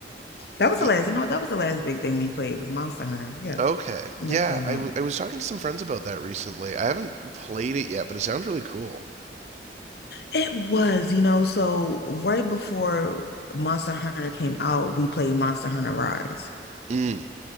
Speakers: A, on the left; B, on the right.
A: That was
B: Y-
A: the last, you know, what, that was the last big thing we played was Monster Hunter. Yeah.
B: Okay.
A: And
B: Yeah,
A: that came
B: I,
A: out.
B: w- I was talking to some friends about that recently. I haven't played it yet, but it sounds really cool.
A: It was, you know, so right before Monster Hunter came out, we played Monster Hunter Rise.
B: Mm,